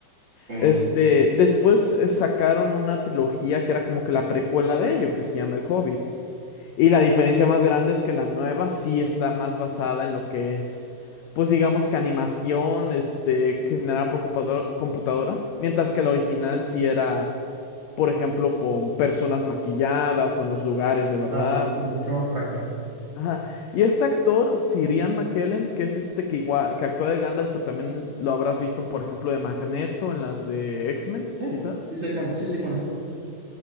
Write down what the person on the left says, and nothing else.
Este, después eh, sacaron una trilogía que era como que la precuela de ello, que se llama El Hobbit. Y la diferencia más grande es que la nueva sí está más basada en lo que es, pues digamos que animación, este, generada por computador- computadora, mientras que la original sí era, por ejemplo, con personas maquilladas o en los lugares de verdad.
Ajá. Y este actor, Sir Ian McKellen, que es este que igual, que actúa de Gandalf, pero también lo habrás visto, por ejemplo, de Magneto en las de X-Men,
quizás.